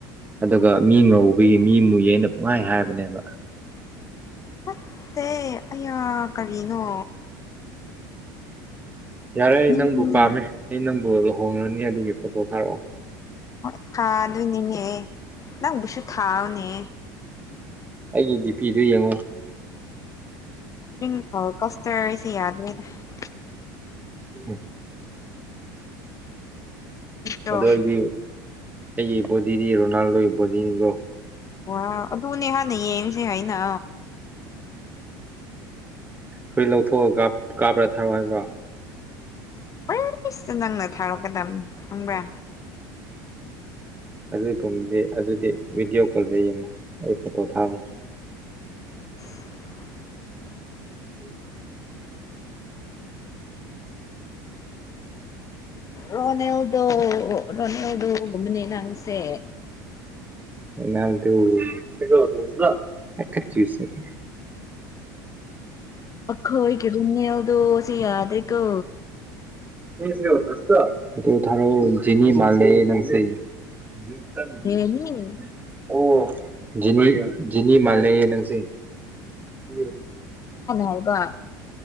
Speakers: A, on the right; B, on the left.
A: ꯑꯗꯨꯒ ꯃꯤ ꯉꯧꯕꯒꯤ ꯃꯤ ꯃꯨꯌꯦꯅ ꯄꯨꯡꯍꯥꯏ ꯍꯥꯏꯕꯅꯦꯕ
B: ꯄꯛꯇꯦ ꯑꯌꯥ ꯀꯔꯤꯅꯣ
A: ꯌꯥꯔꯦ ꯑꯩ
B: ꯃꯤꯅ
A: ꯅꯪꯕꯨ ꯄꯥꯝꯃꯦ ꯑꯩ ꯅꯪꯕꯨ ꯂꯨꯍꯣꯡꯉꯅꯤ ꯑꯗꯨꯒꯤ ꯐꯣꯇꯣ ꯊꯥꯔꯛꯑꯣ
B: ꯍꯣꯏ ꯊꯥꯗꯣꯏꯅꯤꯅꯦ ꯅꯪꯕꯨꯁꯨ ꯊꯥꯑꯣꯅꯦ
A: ꯑꯩꯒꯤ ꯗꯤꯄꯤꯗꯨ ꯌꯦꯡꯉꯣ
B: <unintelligible>
A: ꯑꯍꯥ
B: ꯅꯠꯇ꯭ꯔꯣ
A: ꯑꯗꯨ ꯑꯩꯒꯤ ꯑꯩꯒꯤ ꯕꯣꯗꯤꯗꯤ ꯔꯣꯅꯥꯜꯗꯣꯒꯤ ꯕꯣꯗꯤꯅꯤꯒꯣ
B: ꯋꯥ ꯑꯗꯨꯅꯦ ꯍꯥꯟꯅ ꯌꯦꯡꯉꯁꯦ ꯍꯥꯏꯅ
A: ꯐꯨꯔꯤꯠ ꯂꯧꯊꯣꯛꯑꯒ ꯀꯥꯞ ꯀꯥꯞꯔꯥ ꯊꯥꯔꯛꯑꯣ ꯍꯥꯏꯕ꯭ꯔꯣ
B: ꯑꯥꯏꯁ ꯅꯪꯅ ꯊꯥꯔꯛꯀꯗꯕꯅꯤ ꯈꯪꯕ꯭ꯔꯥ
A: ꯑꯗꯨ ꯇꯨꯡꯗꯤ ꯑꯗꯨꯗꯤ ꯚꯤꯗꯤꯑꯣ ꯀꯣꯜꯗ ꯌꯦꯡꯉꯣ ꯑꯩ ꯐꯣꯇꯣ ꯊꯥꯔꯣꯏ
B: <inaudible>
A: <inaudible>
B: ꯔꯣꯅꯦꯜꯗꯣ ꯔꯣꯅꯦꯜꯗꯣꯒꯨꯝꯕꯅꯤ ꯅꯪꯁꯦ
A: ꯔꯣꯅꯥꯜꯗꯣ <unintelligible>
B: ꯑꯈꯣꯏꯒꯤ ꯔꯣꯅꯦꯜꯗꯣꯁꯤ ꯌꯥꯗ꯭ꯔꯦꯀꯣ
A: <unintelligible> ꯊꯥꯔꯣ ꯖꯤꯅꯤ ꯃꯥꯜꯂꯦ ꯅꯪꯁꯦ <unintelligible>
B: ꯀꯅꯥꯅ
A: ꯑꯣ ꯖꯦꯅꯤ ꯖꯦꯅꯤ ꯃꯥꯜꯂꯦꯌꯦ ꯅꯪꯁꯦ <unintelligible>
B: ꯍꯥꯏꯕ